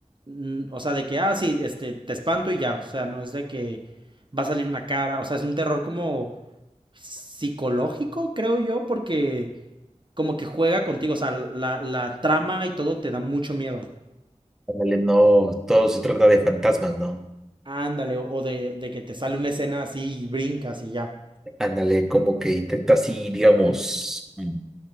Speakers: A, on the right; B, in the centre.
A: mm, o sea, de que, ah, sí, este, te espanto y ya, o sea, no es de que va a salir una cara, o sea, es un terror como psicológico, creo yo, porque como que juega contigo, o sea, la, la trama y todo te da mucho miedo.
B: Ándale, no, todo se trata de fantasmas, ¿no?
A: Ándale, o, o de, de que te sale una escena así y brincas y ya.
B: Ándale, como que intenta así, digamos, mm,